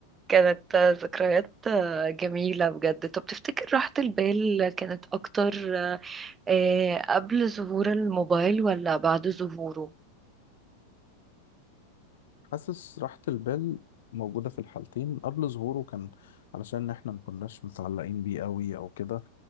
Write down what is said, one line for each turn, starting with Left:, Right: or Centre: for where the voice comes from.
Right: كانت آه، ذكريات آه، جميلة بجد طب تفتكر راحة البال كانت اكتر إيه قبل ظهور الموبايل ولا بعد ظهوره
Left: حاسس راحة البال موجودة في الحالتين قبل ظهوره كان علشان احنا ما كناش متعلقين بيه قوي او كده